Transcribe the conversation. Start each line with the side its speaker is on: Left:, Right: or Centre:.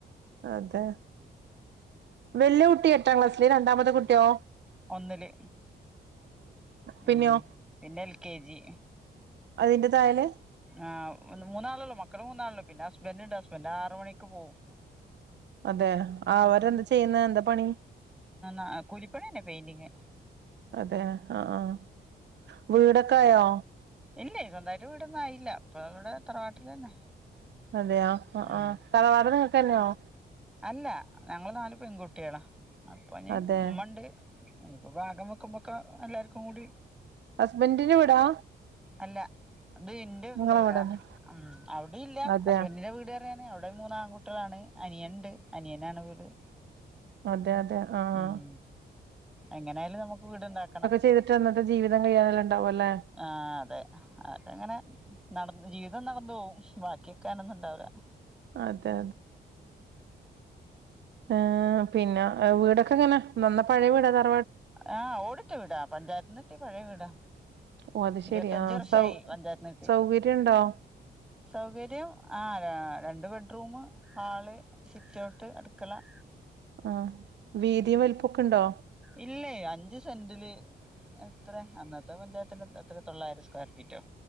Right: അതെ വല്ല്യകുട്ടി എട്ടാം ക്ലാസ് ഇ രണ്ടാമത്തെ കുട്ട്യോ
Centre: ഒന്നില് ഉം
Right: പിന്നെയോ
Centre: പിന്നെ എൽ കെ ജി
Right: അതിന്റെ താഴെ
Centre: ആഹ് മൂന്നാളൊള്ളൂ മക്കൾ മൂന്നാളൊള്ളൂ പിന്നെ ഹസ്ബൻ്റ് ഹസ്ബൻ്റ് ആറു മണിക്ക് പോവും
Right: അതെ അവരെന്ത് ചെയ്യുന്ന് എന്താ പണി
Centre: ആ കൂലിപ്പണി തന്നെ പെയ്ന്റിങ്
Right: അതെ ആഹ ആഹ വീടൊക്കെ ആയോ
Centre: ഇല്ല സ്വന്തമായിട്ട് വീടൊന്നും ആയില്ല ഇപ്പൊ ഇവിടെ തറവാട്ടിൽ തന്നെ
Right: അതെയാ ആഹ
Centre: ഉം
Right: തറവാട് നിങ്ങക്ക് തന്നെയാണോ
Centre: അല്ല ഞങ്ങൾ നാല് പെൺകുട്ടികളാ അപ്പോ നി
Right: അതെ
Centre: ഉമ്മണ്ട് ഇനിയിപ്പോഭാഗം വെക്കുമ്പോക്കെ എല്ലാ കൂടി
Right: ഹുസ്ബൻഡ് ന്റ് വീടാ-
Centre: അല്ലാ- അത് ഇന്റെ സ്വന്തം
Right: നിങ്ങളെ
Centre: വീടാ
Right: വീടന്നെ
Centre: ഉം അവിടെ ഇല്ല
Right: അതെ
Centre: ഹസ്ബൻഡിന്റെ വീട്- അവിടെയാണ്അവിടെ മൂന്ന് ആൺകുട്ടിളാണ് അനിയൻ- ണ്ട് അനിയനാണ് വീട്-
Right: അതെ അതെ ആഹ്-
Centre: ഉം എങ്ങനെയാലും നമുക്ക് വീട്ണ്ടാക്കണം
Right: ചെയ്തിട്ട് അന്നത്തെ ജീവിതം കഴിയാനെല്ലാം ഉണ്ടാവുംല്ലേ
Centre: ആഹ് അതെ അതങ്ങനെ- നടന്ന് ജീവിതം നടന്നു പോകും ബാക്കി കേക്കാനൊന്നണ്ടാവാ-
Right: അതെ ആഹ് പിന്നെ വീടൊക്കെ എങ്ങനെ നന്ന പഴ വീടതാ-
Centre: ആഹ് ഓടിട്ട് വീടാ പഞ്ചായത്തിന്ന് കിട്ടി പഴയ വീടാ
Right: ഓ അത്
Centre: ഇരുപത്തിയഞ്ച്
Right: ശെരി ആ
Centre: വർഷായി
Right: സൗ
Centre: പഞ്ചായത്തിന്ന് കിട്ടീട്ട്
Right: സൗകര്യണ്ടോ
Centre: സൗകര്യം ആ- രണ്ട് ബെഡ്റൂം ഹാള് സിറ്റ് ഔട്ട് അട്ക്കള-
Right: ആഹ് വീതിയും വലിപ്പക്കെ ഉണ്ടോ?
Centre: ഇല്ലേ അഞ്ച് സെന്റില് എത്ര അന്നത്തെ പഞ്ചായത്തിന്റെ എത്ര തൊള്ളായിരം സ്ക്വയർ ഫീറ്റോ?